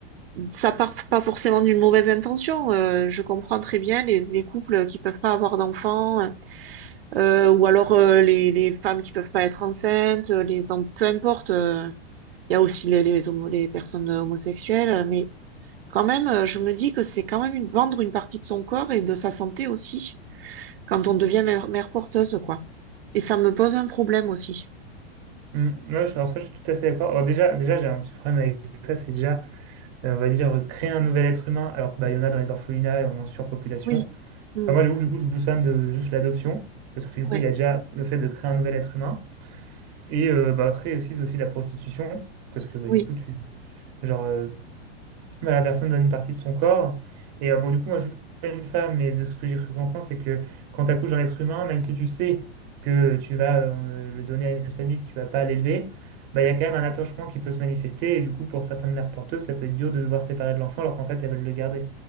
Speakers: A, on the right; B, on the right.
A: ça part pas forcément d'une mauvaise intention. euh, je comprends très bien les, les couples qui peuvent pas avoir d'enfants, euh, ou alors euh, les, les femmes qui peuvent pas être enceintes, les, enfin, peu importe. euh, Il y a aussi les, les, homo- les personnes homosexuelles, mais quand même, euh, je me dis que c'est quand même une, vendre une partie de son corps et de sa santé aussi quand on devient mère, mère porteuse, quoi. Et ça me pose un problème aussi.
B: Hum, ouais, je- alors ça, je suis tout à fait d'accord. Alors déjà, déjà, j'ai un petit problème avec ça, c'est déjà, euh, on va dire, créer un nouvel être humain, alors que, bah, il y en a dans les orphelinats et on est en surpopulation.
A: Oui. Mm.
B: Alors moi, j'avoue que du coup, je pousse fan de juste l'adoption, parce que du
A: Ouais.
B: coup, il y a déjà le fait de créer un nouvel être humain. Et euh, bah, après aussi, c'est aussi la prostitution, parce que bah,
A: Oui.
B: du coup, tu, genre, euh, bah, la personne donne une partie de son corps. Et euh, bon, du coup, moi, je suis pas une femme, mais de ce que j'ai cru comprendre, c'est que quand tu accouches d'un être humain, même si tu sais que tu vas euh, le donner à une famille, que tu vas pas l'élever, bah, il y a quand même un attachement qui peut se manifester. Et du coup, pour certaines mères porteuses, ça peut être dur de devoir séparer de l'enfant, alors qu'en fait, elles veulent le garder.